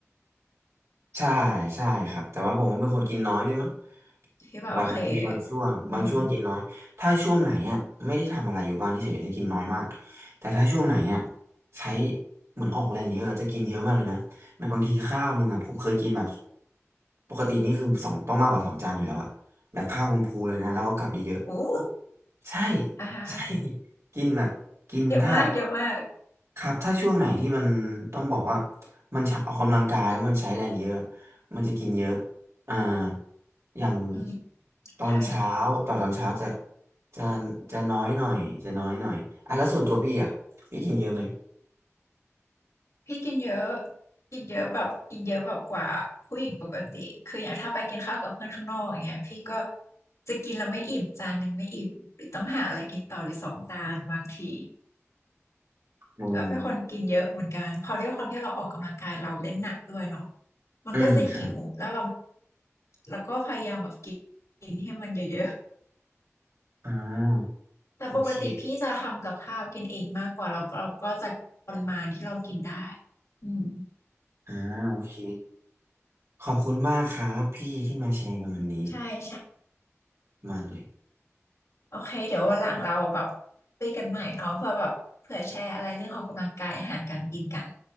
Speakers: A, on the right; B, on the left.
A: ใช่ใช่ครับแต่ว่าผมก็เป็นคนกินน้อยด้วยมั้ง
B: คิดว่าโอเค
A: แบบมันจะมีบางช่วงบางช่วงกินน้อยถ้าช่วงไหนอ่ะไม่ได้ทำอะไรอยู่บ้านเฉยๆจะกินน้อยมาก
B: อืม
A: แต่ถ้าช่วงไหนอ่ะใช้เหมือนออกแรงเยอะจะกินเยอะมากเลยนะแบบบางทีข้าวหนึ่งอ่ะผมเคยกินแบบปกตินี่คือสองต้องมากกว่าสองจานอยู่แล้วอ่ะแบบข้าวคุณพูเลยนะแล้วก็กลับเยอะ
B: อู้
A: ๆใช่
B: อ่าฮะ
A: ใช่ <laughs> กินแบบกินถ้า
B: เยอะมากเยอะมาก
A: ครับถ้าช่วงไหนที่มันต้องบอกว่ามันใช้ออกกำลังกายแล้วมันใช้แรงเยอะมันจะกินเยอะอ่าอย่าง
B: อืม
A: ตอนเช้าต่อตอนเช้าจะ
B: ใช่
A: จะจะน้อยหน่อยจะน้อยหน่อยอ่ะแล้วส่วนตัวพี่อ่ะพี่กินเยอะไหม
B: พี่กินเยอะกินเยอะแบบกินเยอะแบบกว่าผู้หญิงปกติ คืออย่างถ้าไปกินข้าวกับเพื่อนข้างนอกอย่างเงี้ยพี่ก็จะกินแล้วไม่อิ่มจานหนึ่งไม่อิ่มหรือต้องหาอะไรกินต่อหรือสองจานบางที
A: อืม
B: ก็เป็นคนกินเยอะเหมือนกันพอด้วยความที่เราออกกำลังกายเราเล่นหนักด้วยเนาะมันก็จะหิวแล้วเรา
A: อืมครับ
B: แล้วก็พยายามแบบกินกินให้มันเยอะ
A: อ่า
B: ๆแต่ปกติพี่จะทำกับข้าวกินเองมากกว่าเราก็เราก็จะปริมาณที่เรากินได้
A: โอเค
B: อืม
A: อ่าโอเคขอบคุณมากครับพี่ที่มาแชร์กันวันนี้
B: ใช่
A: มากเลย
B: โอเคเดี๋ยววันหลังเราแบบคุยกันใหม่เนาะเพื่อแบบเผื่อแชร์อะไรเรื่องออกกำลังกายอาหารการกินกัน